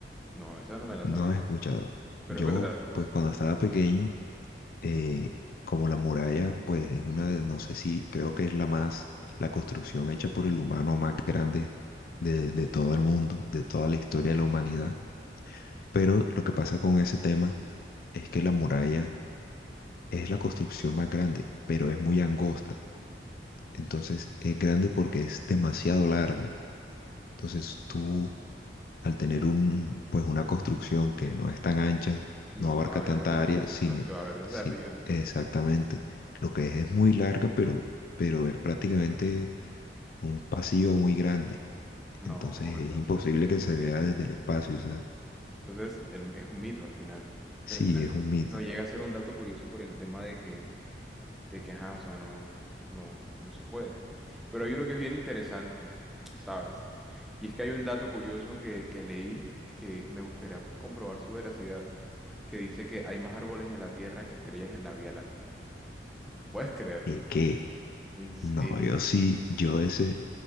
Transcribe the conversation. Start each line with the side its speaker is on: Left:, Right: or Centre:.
Centre: no, esa no me la
Left: No
Centre: sabía.
Left: he escuchado.
Centre: Pero
Left: Yo,
Centre: es verdad,
Left: pues cuando estaba pequeño, eh, como la muralla, pues es una de, no sé si, creo que es la más, la construcción hecha por el humano más grande de, de todo el mundo, de toda la historia de la humanidad. Pero lo que pasa con ese tema es que la muralla es la construcción más grande, pero es muy angosta. Entonces es grande porque es demasiado larga. Entonces tú al tener un, pues una construcción que no es tan ancha, no
Centre: no
Left: abarca
Centre: se va a ver
Left: tanta
Centre: desde,
Left: área, sino,
Centre: no se va a ver desde
Left: sí,
Centre: arriba.
Left: exactamente. Lo que es es muy larga, pero, pero es prácticamente un pasillo muy grande.
Centre: No,
Left: Entonces
Centre: entonces,
Left: es imposible que se vea desde el espacio. O sea,
Centre: entonces el- es un mito al final.
Left: sí,
Centre: Termina,
Left: es un mito.
Centre: no llega a ser un dato curioso por el tema de que, de que, ajá, o sea, no, no, no se puede. Pero hay uno que es bien interesante, ¿sabes? Y es que hay un dato curioso que, que leí que me gustaría pues comprobar su veracidad, que dice que hay más árboles en la Tierra que estrellas en la Vía Láctea. ¿Puedes creerlo?
Left: ¿Y qué?
Centre: En serio.
Left: No, yo sí, yo ese,